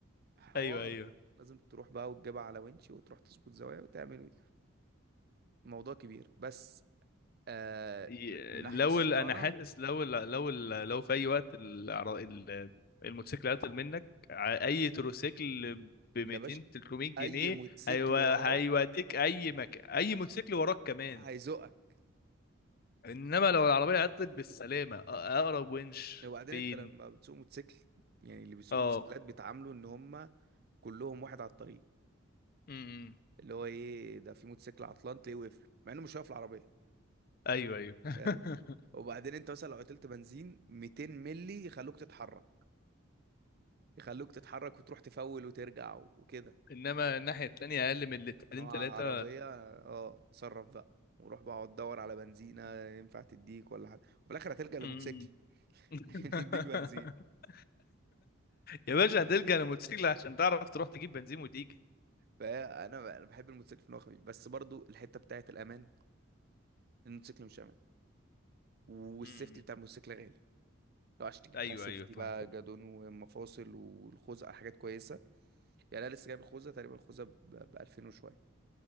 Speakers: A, on the right (about 50°); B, on the left (about 45°).
A: حوار
B: ايوه ايوه
A: لازم تروح بقى وتجيبها على winch وتروح تظبط زوايا وتعمل موضوع كبير بس آه
B: ي-
A: من, من
B: لو
A: ناحية الصيانة
B: ال- انا حاسس لو ال- لو ال- لو في اي وقت العر- ال- الموتوسيكل عطل منك ع- اي تروسيكل ب 200
A: يا باشا
B: 300 جنيه
A: أي موتوسيكل
B: هيو- هيوديك
A: وراك
B: اي مكان اي موتوسيكل وراك كمان
A: هيزقك
B: انما لو العربيه عطلت بالسلامه أ- اقرب ونش
A: وبعدين
B: فين
A: أنت لما بتسوق موتوسيكل يعني اللي بيسوقوا
B: اه
A: موتوسيكلات بيتعاملوا إن هم كلهم واحد على الطريق
B: امم
A: اللي هو إيه ده في موتوسيكل عطلان تلاقيه واقف له مع إنه مش واقف العربية
B: ايوه ايوه <laughs>
A: فاهم وبعدين أنت مثلا لو قتلت بنزين 200 ملي يخلوك تتحرك يخلوك تتحرك وتروح تفول وترجع وكده
B: انما الناحيه التانيه اقل من لترين
A: نوع
B: ثلاثه
A: عربية اه اتصرف بقى وروح بقى اقعد تدور على بنزينة ينفع تديك ولا حاجة وفي الآخر هتلجأ لموتوسيكل
B: امم
A: <laughs>
B: <laughs>
A: عشان يديك بنزين
B: يا باشا هتلجأ للموتوسيكل عشان تعرف تروح تجيب بنزين وتيجي
A: فأنا أنا بحب الموتوسيكل في إن هو خفيف بس برضو الحتة بتاعة الأمان الموتوسيكل مش أمان والسيفتي
B: امم
A: بتاع الموتوسيكل غالي لو عشان تجيب
B: ايوه
A: بقى سيفتي
B: ايوه فعلا
A: بقى جادون ومفاصل والخوذة حاجات كويسة يعني أنا لسه جايب الخوذة تقريبا الخوذة ب 2000 وشوية